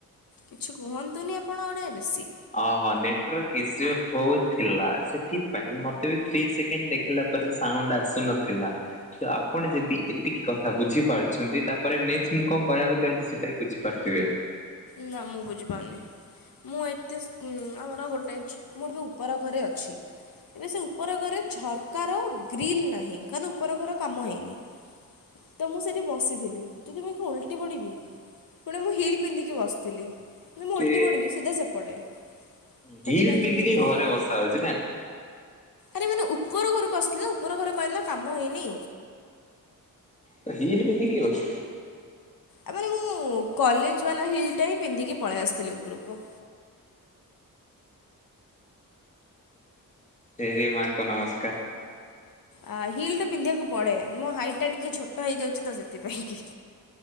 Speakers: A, on the left (about 75°); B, on the left (about 20°).
A: କିଛି କୁହନ୍ତୁନି ଆପଣ ଗୋଟେ ବେଶୀ।
B: ଅହ ନେଟୱର୍କ ଇସ ହଉ ଥିଲା, ସେଥିପାଇଁ ମତେ ବି ଥ୍ରୀ ସେକେଣ୍ଡ ଦେଖିଲା ପରେ ସାଉଣ୍ଡ ଆସୁ ନଥିଲା। ତ ଆପଣ ଯଦି ଏତିକି କଥା ବୁଝିପାରୁଛନ୍ତି ତାପରେ ନେକ୍ସଟ ମୁଁ କଣ କହିବାକୁ ଚାହୁଁଛି ସେଟା ବି ବୁଝିପାରୁଥିବେ।
A: ନା ମୁଁ ବୁଝି ପାରୁନି। ମୁଁ ଏତେ ଆମର ଗୋଟେ ଛୁ ଏ ବି ଉପର ଘରେ ଅଛି। ଏବେ ସେ ଉପର ଘରେ ଝରକାର ଗ୍ରିଲ୍ ନାହିଁ। କାରଣ, ଉପର ଘର କାମ ହେଇନି। ତ, ମୁଁ ସେଇଠି ବସିଥିଲି। ତ <unintelligible> ଓଲଟି ପଡିବି। ପୁଣି ମୁଁ ହିଲ୍ ପିନ୍ଧିକି ବସ୍ ଥିଲି। ମୁଁ
B: ସେ
A: ଉଲ୍ଟି ପଡ଼ିବି ସିଧା ସେପଡେ। ସେଥିପାଇଁ
B: ହିଲ୍ ପିନ୍ଧିକି
A: କି ମୁଁ ଚୁପ୍ ଚାପ୍
B: ଘରେ
A: ଓଲିବି।
B: ବସା ହଉଛି ନା
A: ଆରେ ମାନେ, ଉପର ଘରକୁ ଆସିଲି ନା, ଉପର ଘର କହିଲି ନା କାମ ହେଇନି।
B: ତ ହିିଲ ପିନ୍ଧି କି ଅଛି।
A: ଆ ମାନେ ମୁଁ କଲେଜ ବାଲା ହିଲଟା ହିଁ ପିନ୍ଧିକି ପଳେଇ ଆସିଥିଲି ଉପରକୁ।
B: ତେରି ମାକୌ ନମସ୍କାର।
A: ଆ ହିଲ୍ ଟା ପିନ୍ଧିବାକୁ ପଡେ ମୋ ହାଇଟ୍ ଟା ଟିକେ ଛୋଟ ହେଇଯାଉଛି ତ ସେଥିପାଇଁ କି।